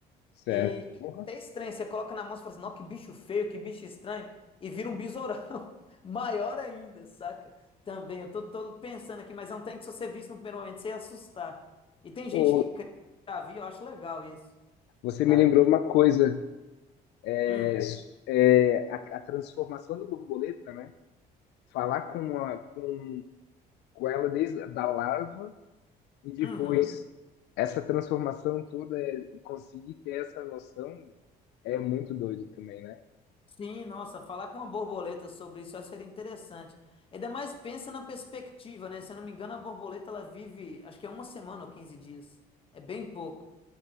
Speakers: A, on the left (about 80°); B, on the left (about 30°).
A: Certo.
B: E, e
A: Porra.
B: até estranho, você coloca na mão e fala assim, não, que bicho feio, que bicho estranho, e vira um besourão. <laughs> Maior ainda, saca? Também, eu tô, tô pensando aqui, mas é um trem que se você visse no primeiro momento, você ia assustar. E tem gente
A: Ô,
B: que cria, já vi, eu acho legal isso.
A: você
B: O cara
A: me lembrou
B: cria.
A: uma coisa, é,
B: Hum,
A: é, a, a transformação da borboleta, né? Falar com, a, com, com ela desde a- da larva e depois
B: uhum.
A: essa transformação toda, é, e conseguir ter essa noção é muito doido também, né?
B: Sim, nossa, falar com uma borboleta sobre isso eu acho que seria interessante. Ainda mais pensa na perspectiva, né? Se eu não me engano, a borboleta ela vive, acho que é uma semana ou 15 dias. É bem pouco.